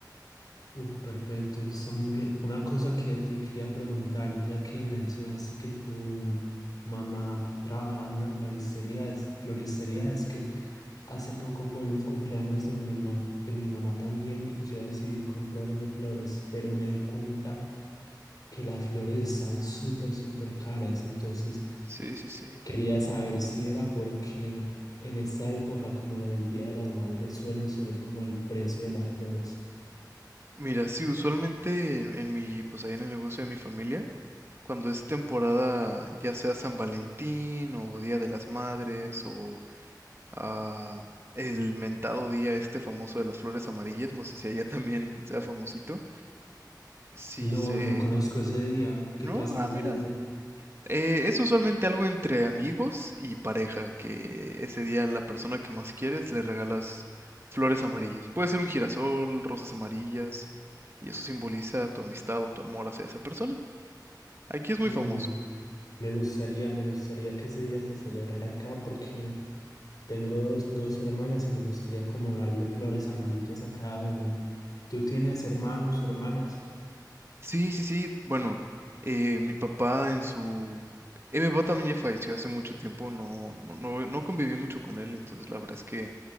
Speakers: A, on the left; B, on the right.
A: Uf, perfecto, está muy bien. Una cosa que te quería preguntar, ya que mencionaste que tu mamá trabajaba en una floristería, es, floristería, es que hace poco fue el cumpleaños de mi mamá, de mi mamá también, y yo decidí comprarle flores, pero me di cuenta que las flores están súper, súper caras, entonces
B: Sí, sí, sí.
A: quería saber si era porque en esta época, como del Día de las Madres, suelen subir como el precio de las flores.
B: Mira, sí, usualmente en, en mi, pues ahí en el negocio de mi familia, cuando es temporada, ya sea San Valentín o Día de las Madres o ah, el mentado día este famoso de las flores amarillas, no sé si allá <laughs> también sea famosito. Sí
A: No,
B: se...
A: no conozco ese día. ¿Qué
B: No,
A: pasa
B: ah,
A: ese
B: mira.
A: día?
B: Eh, es usualmente algo entre amigos y pareja, que ese día a la persona que más quieres le regalas flores amarillas. Puede ser un girasol, rosas amarillas, y eso simboliza tu amistad o tu amor hacia esa persona. Aquí es muy
A: Mm,
B: famoso.
A: me gustaría, me gustaría que ese día se celebrara acá porque tengo dos, dos hermanas y me gustaría como darle flores amarillas a cada una. ¿Tú tienes hermanos o hermanas?
B: Sí, sí, sí. Bueno, eh, mi papá en su... eh, mi papá también ya falleció hace mucho tiempo, no, no, no, no conviví mucho con él, entonces la verdad es que